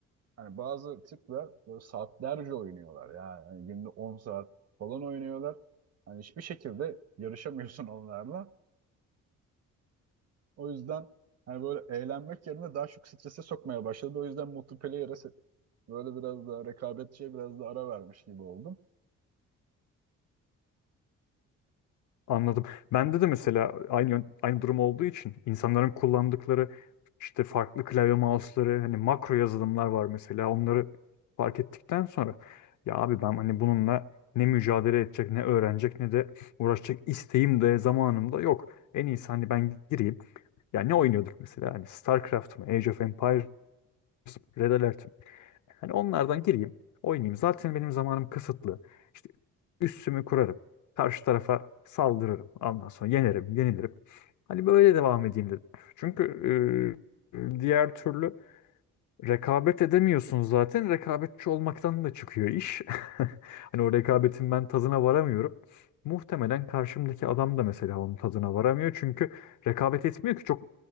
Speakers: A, on the right; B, on the left.
A: Hani bazı tipler böyle saatlerce oynuyorlar yani. Hani günde 10 saat falan oynuyorlar. Hani hiçbir şekilde yarışamıyorsun onlarla. O yüzden hani böyle eğlenmek yerine daha çok strese sokmaya başladı. O yüzden multiplayer'a se- böyle biraz daha rekabetçiye biraz da ara vermiş gibi oldum.
B: Anladım. Bende de mesela aynı yön- aynı durum olduğu için insanların kullandıkları işte farklı klavye mouse'ları, hani makro yazılımlar var mesela. Onları fark ettikten sonra ya abi ben hani bununla ne mücadele edecek, ne öğrenecek, ne de uğraşacak isteğim de zamanım da yok. En iyisi hani ben gireyim. Ya ne oynuyorduk mesela? Hani StarCraft mı, Age of Empires, mı, Red Alert mi? Hani onlardan gireyim, oynayayım. Zaten benim zamanım kısıtlı. İşte üssümü kurarım. Karşı tarafa saldırırım. Ondan sonra yenerim, yenilirim. Hani böyle devam edeyim dedim. Çünkü e, diğer türlü Rekabet edemiyorsun zaten. Rekabetçi olmaktan da çıkıyor iş. <laughs> Hani o rekabetin ben tadına varamıyorum. Muhtemelen karşımdaki adam da mesela onun tadına varamıyor. Çünkü rekabet etmiyor ki çok